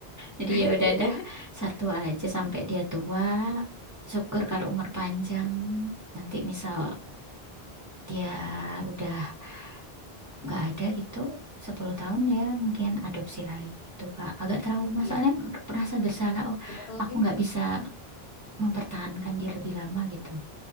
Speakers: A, on the right; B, on the left.
A: jadi
B: <laughs>
A: ya udah dah satu aja sampai dia tua syukur kalau umur panjang nanti misal dia udah nggak ada gitu 10 tahun ya mungkin adopsi lagi gitu Kak agak trauma
B: Iya,
A: soalnya merasa bersalah oh
B: bener lagi.
A: aku nggak bisa mempertahankan dia lebih lama gitu.